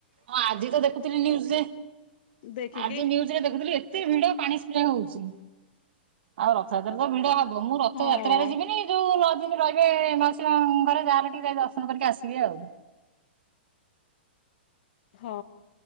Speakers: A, on the right (about 65°); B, on the left (about 55°).
A: ହଁ ଆଜି ତ ଦେଖୁଥିଲି ନ୍ୟୁଜ୍ ରେ
B: ଦେଖିକି
A: ଆଜି ନ୍ୟୁଜ୍ ରେ ଦେଖୁଥିଲି ଏତେ ଭିଡ ପାଣି ସ୍ପ୍ରେ ହଉଛି ଆଉ ରଥଯାତ୍ରା ତ ଭିଡ ହବ ମୁଁ ରଥଯାତ୍ରାରେ
B: ହଁ
A: ଯିବିନି ଯୋଉ ନଅ ଦିନ ରହିବେ ମାଉସୀ ମା ଙ୍କ ଘରେ ଯାହା ହେଲେ ଟିକେ ଯାଇ ଦର୍ଶନ କରିକି ଆସିବି ଆଉ।
B: ହଁ